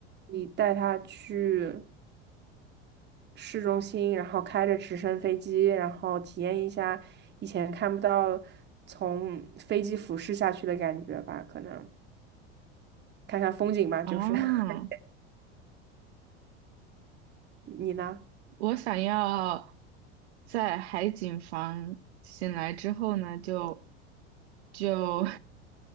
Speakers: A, on the right; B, on the right.
A: 你带他去市中心，然后开着直升飞机，然后体验一下以前看不到从飞机俯视下去的感觉吧，可能看看风景吧，
B: 哦。
A: 就是 <laughs> 你呢？
B: 我想要在海景房醒来之后呢，就就